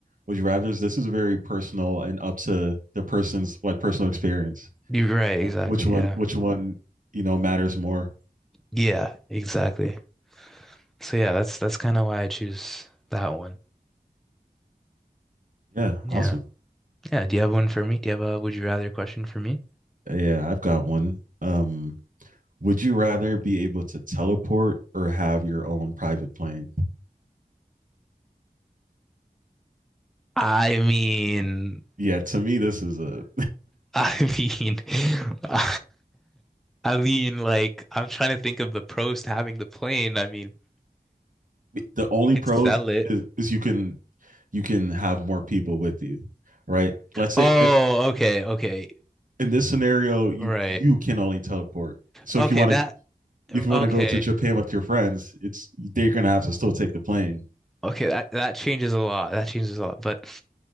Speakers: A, on the right; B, in the centre.
A: would you rather's. This is very personal and up to the person's like personal experience.
B: You're right, exactly.
A: Uh, Which one?
B: Yeah.
A: Which one? You know, matters more.
B: Yeah, exactly. So yeah, that's that's kind of why I choose that one.
A: Yeah,
B: Yeah.
A: awesome.
B: Yeah, do you have one for me? Do you have a would you rather question for me?
A: Uh, Yeah, I've got one. Um, would you rather be able to teleport or have your own private plane?
B: I mean,
A: Yeah, to me, this is a
B: I mean, <laughs> I mean, like, I'm trying to think of the pros to having the plane. I mean,
A: the only
B: you could
A: pros
B: sell it.
A: is, is you can you can have more people with you, right? Let's say
B: Oh, okay, okay,
A: in this scenario, you
B: right.
A: you can only teleport. So
B: Okay,
A: if you want
B: that,
A: to if you
B: okay,
A: want to go to Japan with your friends, it's they're gonna have to still take the plane.
B: okay, that, that changes a lot. That changes a lot. But,